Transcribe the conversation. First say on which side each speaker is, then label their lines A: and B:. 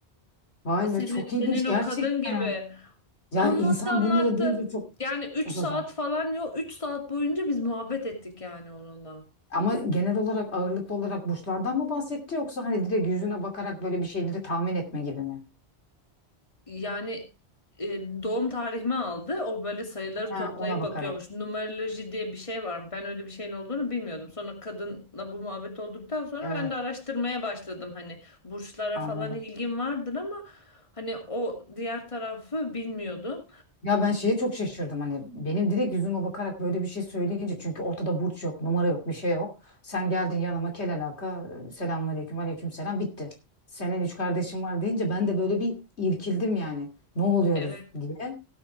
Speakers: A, on the left; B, on the left.
A: Vay
B: Senin,
A: be çok
B: senin
A: ilginç
B: o
A: gerçekten.
B: kadın gibi.
A: Yani
B: Anlattı
A: insan
B: anlattı.
A: bunları duyunca çok
B: Yani üç
A: çok
B: saat
A: acayip.
B: falan yok. üç saat boyunca biz muhabbet ettik yani onunla.
A: Ama genel olarak ağırlıklı olarak burçlardan mı bahsetti yoksa hani direkt yüzüne bakarak böyle bir şeyleri tahmin etme gibi mi?
B: Yani e, doğum tarihimi aldı. O böyle sayıları
A: Ha,
B: toplayıp
A: ona bakarak.
B: bakıyormuş. Numeroloji diye bir şey var mı? Ben öyle bir şeyin olduğunu bilmiyordum. Sonra kadınla bu muhabbet olduktan sonra
A: Evet,
B: ben de araştırmaya başladım. Hani burçlara
A: anladım.
B: falan ilgim vardır ama hani o diğer tarafı bilmiyordum.
A: Ya ben şeye çok şaşırdım hani benim direkt yüzüme bakarak böyle bir şey söyleyince çünkü ortada burç yok, numara yok, bir şey yok. Sen geldin yanıma kel alaka, selamünaleyküm, aleyküm selam bitti. Senin üç kardeşin var deyince ben de böyle bir irkildim yani. Ne oluyoruz
B: Evet.
A: diye.